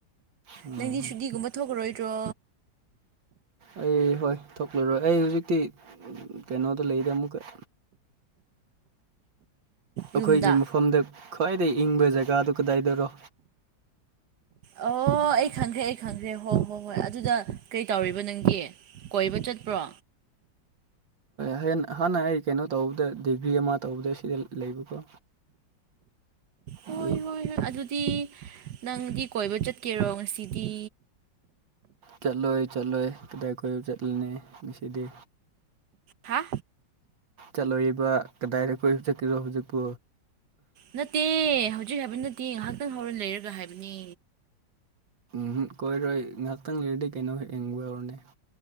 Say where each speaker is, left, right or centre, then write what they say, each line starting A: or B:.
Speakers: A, on the right (about 75°); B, on the right (about 65°).
A: ꯎꯝ
B: ꯅꯪꯗꯤ ꯁꯨꯗꯤꯒꯨꯝꯕ ꯊꯣꯛꯈꯥꯔꯣꯏꯗ꯭ꯔꯣ
A: ꯑꯩ ꯍꯣꯏ ꯊꯣꯛꯂꯔꯣꯏ ꯑꯩ ꯍꯨꯖꯤꯛꯇꯤ ꯀꯩꯅꯣꯗ ꯂꯩꯗ ꯑꯃꯨꯛꯀꯥ
B: ꯌꯨꯝꯗ
A: ꯑꯈꯣꯏꯒꯤ ꯃꯐꯝꯗ ꯈ꯭ꯋꯥꯏꯗꯒꯤ ꯏꯪꯕ ꯖꯒꯥꯗꯨ ꯀꯗꯥꯏꯗꯔꯣ
B: ꯑꯣ ꯑꯩ ꯈꯪꯈ꯭ꯔꯦ ꯑꯩ ꯈꯪꯈ꯭ꯔꯦ ꯍꯣꯏ ꯍꯣꯏ ꯍꯣꯏ ꯑꯗꯨꯗ ꯀꯩ ꯇꯧꯔꯤꯕ ꯅꯪꯒꯤ ꯀꯣꯏꯕ ꯆꯠꯄ꯭ꯔꯣ
A: <unintelligible> ꯑꯍꯥꯟꯅ ꯑꯩ ꯀꯩꯅꯣ ꯇꯧꯕꯗ ꯗꯤꯒ꯭ꯔꯤ ꯑꯃ ꯇꯧꯕꯗ ꯁꯤꯗ ꯂꯩꯕꯀꯣ
B: ꯍꯣꯏ
A: ꯑꯗꯨ
B: ꯍꯣꯏ ꯍꯣꯏ ꯑꯗꯨꯗꯤ ꯅꯪꯗꯤ ꯀꯣꯏꯕ ꯆꯠꯀꯦꯔꯣ ꯉꯁꯤꯗꯤ
A: ꯆꯠꯂꯣꯏ ꯆꯠꯂꯣꯏ ꯀꯗꯥꯏ ꯀꯣꯏꯕ ꯆꯠꯂꯨꯅꯤ ꯉꯁꯤꯗꯤ
B: ꯍꯥ
A: ꯆꯠꯂꯣꯏꯕ ꯀꯗꯥꯏꯗ ꯀꯣꯏꯕ ꯆꯠꯀꯦꯔꯣ ꯍꯨꯖꯤꯛꯄꯨ
B: ꯅꯠꯇꯦ ꯍꯧꯖꯤꯛ ꯍꯥꯏꯕ ꯅꯠꯇꯦ ꯉꯥꯏꯍꯥꯛꯇꯪ ꯍꯧꯔꯦꯟ ꯂꯩꯔꯒ ꯍꯥꯏꯕꯅꯦ
A: ꯎꯝꯍꯝ ꯀꯣꯏꯔꯣꯏ ꯉꯥꯏꯍꯥꯛꯇꯪ ꯂꯩꯔꯗꯤ ꯀꯩꯅꯣ ꯍꯦꯛ ꯌꯦꯡꯕ ꯌꯧꯔꯅꯦ